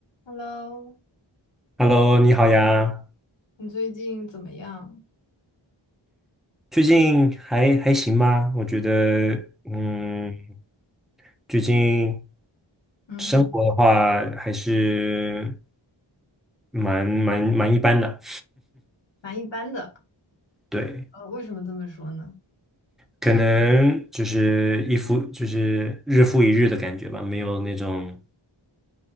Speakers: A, on the left (about 65°); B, in the centre.
A: Hello，
B: Hello，你好呀，
A: 你最近怎么样？
B: 最近还还行吗？我觉得，嗯，最近
A: 嗯哼，
B: 生活的话还是蛮蛮蛮一般的，
A: 蛮一般的。
B: <laughs> 对，
A: 呃，为什么这么说呢？
B: 可能就是一复就是日复一日的感觉吧，没有那种